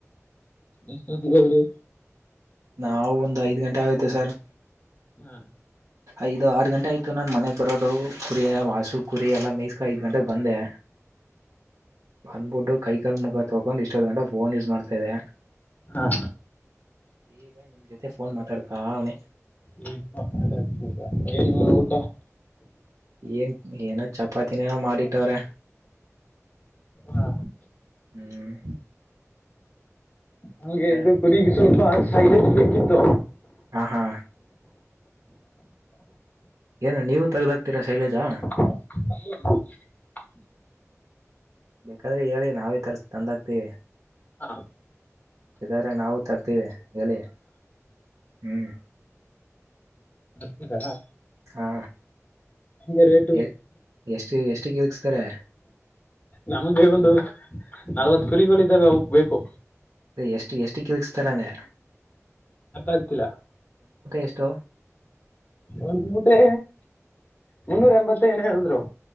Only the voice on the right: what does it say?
ನಾವು ಒಂದು ಐದು ಗಂಟೆ ಆಯಿತು ಸರ್
ಐದು ಆರು ಗಂಟೆ ಆಯಿತು ನಾನು ಮನೆಗೆ ಬರೋದು ಕುರಿಯ ಮಾಸು ಕುರಿ ಎಲ್ಲ ಮಿಕ್ಸ್ ಐದ್ ಗಂಟೆಗೆ ಬಂದೆ ಬಂದ್ಬಿಟ್ಟು ಕೈಕಾಲ್ ಮುಖ ತಕೊಂಡು ಇಷ್ಟೊ್ ಗಂಟ ಫೋನ್ ಯೂಸ್ ಮಾಡ್ತಾ ಇದೆ
ಈಗ ನಿಮ್ ಜೊತೆ ಫೋನ್ ಮಾತಾಡ್ತಾ ಅವನೇ.
ಹ್ಮ್
ಏನ್ ಏನ ಚಪಾತಿನೇನ ಮಾಡಿಟ್ಟವ್ರೆ
ಹ್ಮ್.
ಆಮೇಲೆ
ಹಾ ಹಾ ಏನ ನೀವು ತಗದಾತ್ರೀರಾ ಶೈಲಜಾ.
ಬೇಕಾದ್ರೆ ಹೇಳಿ ನಾವೇ ತರಸಿ ತಂದಾಗತೇವಿ.
ಇದಾದ್ರೆ ನಾವು ತರ್ತೀವಿ. ಎಲಿ ಹ್ಮ್
ಹಾ
ಎ ಎಷ್ಟು ಎಷ್ಟಕ್ಕೆ ಇಲ್ಸ್ತಾರೆ
ಎಷ್ಟು ಎಷ್ಟ <unintelligible> ತರಾನೇ.
ಎಷ್ಟು